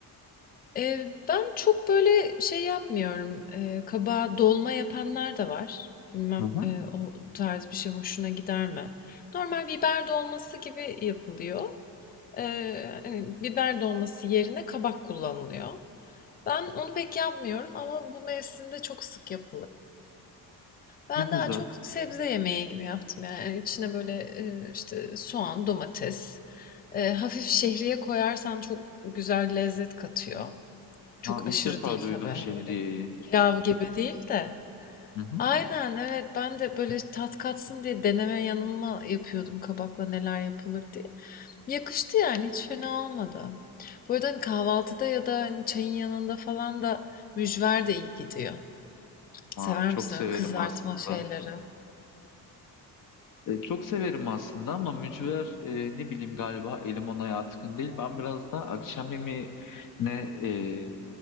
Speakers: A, on the left; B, on the left.
A: Eee, ben çok, böyle, şey yapmıyorum, eee, kabağa dolma yapanlar da var. Bilmem,
B: Hı hı.
A: eee, o tarz bir şey hoşuna gider mi? Normal biber dolması gibi yapılıyor. Eee, hani, biber dolması yerine kabak kullanılıyor. Ben onu pek yapmıyorum ama bu mevsimde çok sık yapılır. Ben
B: Çok güzel.
A: daha çok sebze yemeği gibi yaptım yani Hani, içine böyle, eee, işte soğan, domates, eee, hafif şehriye koyarsan çok güzel lezzet katıyor. Çok
B: Ha, ilk
A: aşırı
B: defa
A: değil
B: duydum
A: tabii hani
B: şehriyeyi.
A: öyle pilav gibi değil de.
B: Hı hı.
A: Aynen evet ben de böyle tat katsın diye deneme yanılma yapıyordum kabakla neler yapılır diye. Yakıştı yani hiç fena olmadı. Bu arada hani kahvaltıda ya da hani çayın yanında falan da mücver de iyi gidiyor.
B: Aa,
A: Sever
B: çok
A: misin
B: severim
A: öyle kızartma
B: aslında.
A: şeyleri?
B: E, çok severim aslında ama mücver e, ne bileyim galiba elim ona yatkın değil. Ben biraz da akşam yemeğine e,